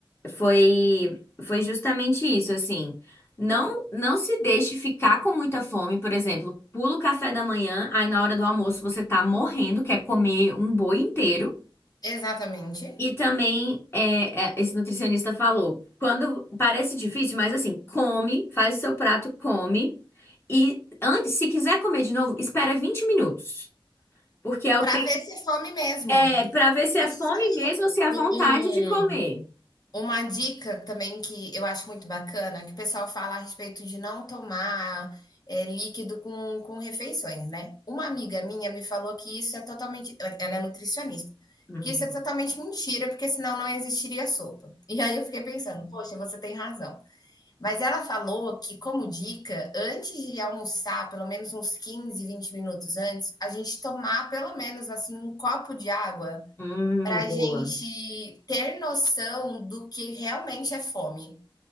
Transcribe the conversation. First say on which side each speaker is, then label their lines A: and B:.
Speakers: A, on the left (about 25°); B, on the left (about 45°).
A: foi foi justamente isso, assim. Não não se deixe ficar com muita fome, por exemplo, pula o café da manhã, aí na hora do almoço você tá morrendo, quer comer um boi inteiro.
B: Exatamente.
A: E também é, é, esse nutricionista falou, quando parece difícil, mas assim, come, faz o seu prato, come e antes, se quiser comer de novo, espera 20 minutos, porque é
B: Pra
A: o tempo
B: ver se é fome mesmo.
A: é para ver se é
B: E
A: fome
B: você sabe que
A: mesmo
B: um-
A: ou se é
B: um-
A: vontade
B: um,
A: de comer.
B: uma dica também que eu acho muito bacana, que o pessoal fala a respeito de não tomar é, líquido com, com refeições, né? Uma amiga minha me falou que isso é totalmente. Ela é nutricionista.
A: Uhum.
B: Que isso é totalmente mentira, porque senão não existiria sopa. E aí eu fiquei pensando, poxa, você tem razão. Mas ela falou que, como dica, antes de almoçar, pelo menos uns 15, 20 minutos antes, a gente tomar pelo menos assim um copo de água
A: Hum,
B: para a
A: boa.
B: gente ter noção do que realmente é fome.